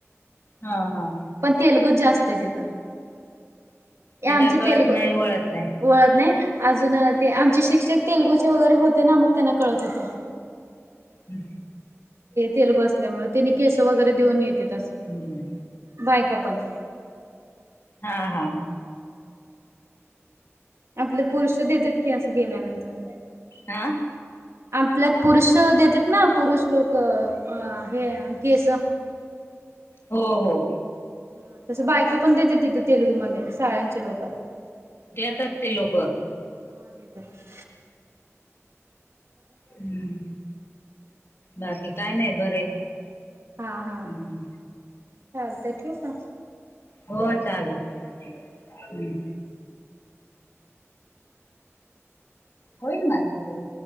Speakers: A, on the left; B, on the right.
A: हां हां.
B: पणं तेलगू चं जास्तं आहे तिथं
A: ते
B: आमचे
A: काही कळत
B: तेलगू.
A: नाही वळत नाही
B: वळतं नाहीं अजूंन ते आमचे शिक्षक तेलुगूचे वगैरें होते नां मगं त्यांना कळतं होते.
A: हम्मं
B: तेलुगू असल्यांमुळें त्यांनी केस वगैरें देऊंन येते असं.
A: हम्मं.
B: बायकां पणं.
A: हां हां.
B: आपले पुरुष देतांत की असं गेल्यांनंतर.
A: हां.
B: आपल्यांत पुरुष देतेत नां पुरुष लोकं हे केस.
A: हो हो.
B: हां तसं बायकां पणं देते तिथं तेलुगूमध्यें. शाळ्यांच्या लोकांत.
A: देतांत ते लोकं.
B: हां देतांत
A: हम्मं बाकी कायं नाहीं बरे.
B: हां हां
A: हम्म
B: चालां ठीऊं कां?
A: हो चालेल. होईल माझं.